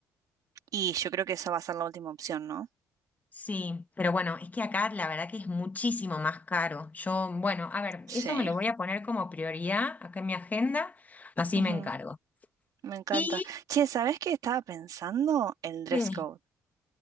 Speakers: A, on the right; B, on the left.
A: Y yo creo que esa va a ser la última opción, ¿no?
B: Sí, pero bueno, es que acá la verdad que es muchísimo más caro. Yo, bueno, a ver,
A: Sí,
B: eso me lo voy a poner como prioridad acá en mi agenda, así
A: Ujú,
B: me encargo.
A: Me encanta.
B: Y
A: Che, ¿sabés qué estaba pensando? El dress
B: que,
A: code.